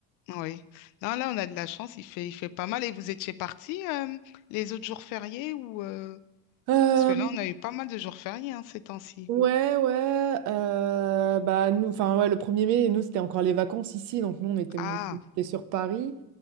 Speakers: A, on the left (about 50°); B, on the right (about 50°).
A: Oui. Non, là, on a de la chance, il fait, il fait pas mal. Et vous étiez partis euh, les autres jours fériés ou euh,
B: Euh,
A: Parce que là, on a eu pas mal de jours fériés hein, ces temps-ci.
B: Ouais, ouais. euh, bah, nous, enfin, ouais, le premier mai, nous, c'était encore les vacances ici. Donc, nous, on était
A: Ah,
B: montés sur Paris.